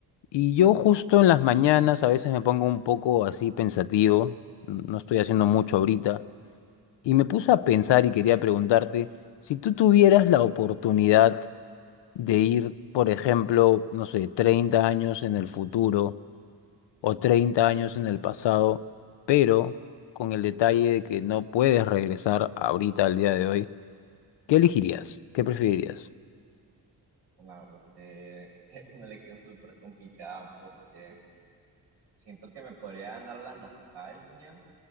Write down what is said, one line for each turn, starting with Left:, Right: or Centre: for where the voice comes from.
Left: Y yo justo en las mañanas a veces me pongo un poco así pensativo, n- no estoy haciendo mucho ahorita, y me puse a pensar y quería preguntarte, si tú tuvieras la oportunidad de ir, por ejemplo, no sé, 30 años en el futuro, o 30 años en el pasado, pero con el detalle de que no puedes regresar ahorita al día de hoy, ¿qué elegirías? ¿Qué preferirías?
Right: La verdad que <laughs> es una elección súper complicada porque siento que me podría ganar la nostalgia